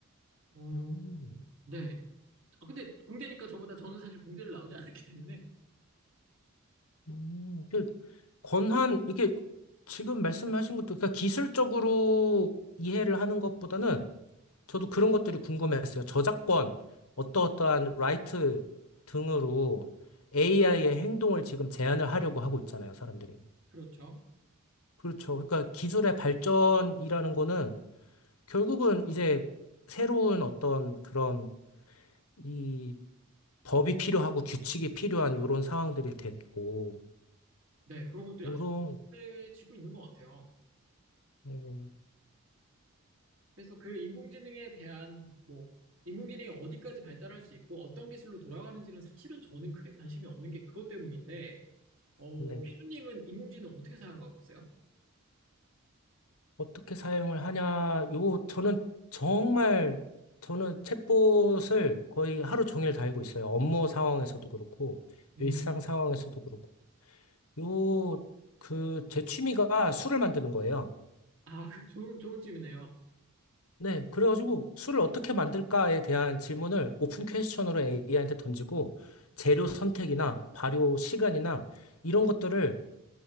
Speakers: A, on the right; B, on the left.
A: 어,
B: 음,
A: 네. 아, 근데 공대니까 저보다 저는 사실 공대를 나오지 않았기 때문에.
B: 음, 그 권한, 이게 지금 말씀하신 것도, 그러니까 기술적으로 이해를 하는 것보다는 저도 그런 것들이 궁금했어요. 저작권, 어떠어떠한 라이트 등으로 AI의 행동을 지금 제한을 하려고 하고 있잖아요, 사람들이.
A: 그렇죠.
B: 그렇죠. 그러니까 기술의 발전이라는 거는 결국은 이제 새로운 어떤 그런 이 법이 필요하고 규칙이 필요한 이런 상황들이 됐고,
A: 네. 그런 것들이
B: 요런,
A: 아주 편해지고 있는 것 같아요.
B: 네.
A: 그래서 그 인공지능에 대한 뭐 인공지능이 어디까지 발달할 수 있고 어떤 기술로 돌아가는지는 사실은 저는 크게 관심이 없는 게 그것 때문인데 어,
B: 네.
A: 희준님은 인공지능 어떻게 사용하고 있어요?
B: 어떻게 사용을 하냐, 요, 저는 정말, 저는 챗봇을 거의 하루 종일 달고 있어요. 업무 상황에서도 그렇고,
A: 음,
B: 일상 상황에서도 그렇고. 요, 그, 제 취미가 술을 만드는 거예요.
A: 아, 그 좋은 좋은 질문이네요.
B: 네, 그래가지고 술을 어떻게 만들까에 대한 질문을 오픈 퀘스천으로 AI한테 던지고, 재료 선택이나 발효 시간이나 이런 것들을